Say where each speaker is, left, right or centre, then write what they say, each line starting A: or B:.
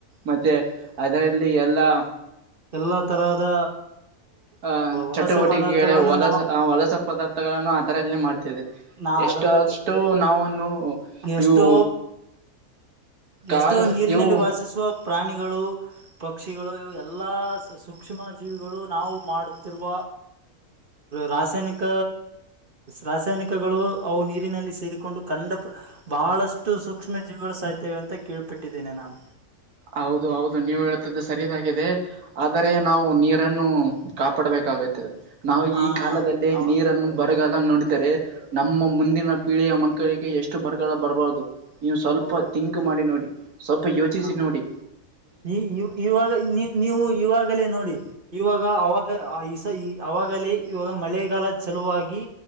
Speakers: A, on the right; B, on the right.
A: ಮತ್ತೆ ಅದರಲ್ಲಿ ಎಲ್ಲಾ.
B: ಎಲ್ಲ ತರಹದ.
A: ಅಹ
B: ವಲಸೆ
A: ಚಟುವಟಿಕೆಗಳ
B: ಪದಾರ್ಥಗಳನ್ನು
A: ಹೊಲಸ
B: ನಾವು
A: ಹೊಲಸ ಪದಾರ್ಥಗಳನ್ನು ಅದರಲ್ಲ ಮಾಡ್ತ
B: ನಾ
A: ಎಷ್ಟಷ್ಟು
B: ಅದರಲ್ಲಿ ಬಿಡ್ತೇವೆ
A: ನಾವನ್ನು
B: ಎಷ್ಟೋ
A: ಇವು ಕಾಗ
B: ಎಷ್ಟೋ ನೀರಿನಲ್ಲಿ
A: ಇವು
B: ವಾಸಿಸುವ ಪ್ರಾಣಿಗಳು. ಪಕ್ಷಿಗಳು ಎಲ್ಲಾ ಸೂಕ್ಷ್ಮ ಜೀವಿಗಳು ನಾವು ಮಾಡುತ್ತಿರುವ. ರಾಸಾಯನಿಕ ರಾಸಾಯನಿಕ. ಪಕ್ಕಗಳು ಅವು ನೀರಿನಲ್ಲಿ ಸೇರಿಕೊಂಡು ಕಂಡ ಬಹಳಷ್ಟು ಸೂಕ್ಷ್ಮ ಜೀವಿಗಳು ಸಾಯ್ತೇವೆ ಅಂತ ಕೇಳ್ಪಿಟ್ಟಿದ್ದೇನೆ ನಾನ್.
A: ಹೌದು ಹೌದು ನೀವ್ ಹೇಳ್ತಿದ್ದೆ ಸರಿದಾಗಿದೆ. ಆದರೆ ನಾವು ನೀರನ್ನು ಕಾಪಾಡಬೇಕಾಗುತ್ತದೆ ನಾವು
B: ಹ
A: ಈ ಕಾಲದಲ್ಲಿ ನೀರನ್ನು ಬರಗಾಲ ನೋಡಿದರೆ ನಮ್ಮ ಮುಂದಿನ ಪೀಳಿಯ ಮಕ್ಕಳಿಗೆ ಎಷ್ಟು ಬರಗಾಲ ಬರಬಾರದು. ನೀವು ಸ್ವಲ್ಪ
B: ಹೌದು
A: ತಿಂಕ್ ಮಾಡಿ ನೋಡಿ ಸ್ವಲ್ಪ ಯೋಚಿಸಿ
B: ಹ
A: ನೋಡಿ.
B: ಈ ಇವಾಗ ನೀ ನೀವು ಇವಾಗಲೇ ನೋಡಿ. ಇವಾಗ ಅವಾಗ ಈ ಈ ಆಗಲೇ ಇವಾಗ ಮಳೆಗಾಲ ಚೆಲುವಾಗಿ.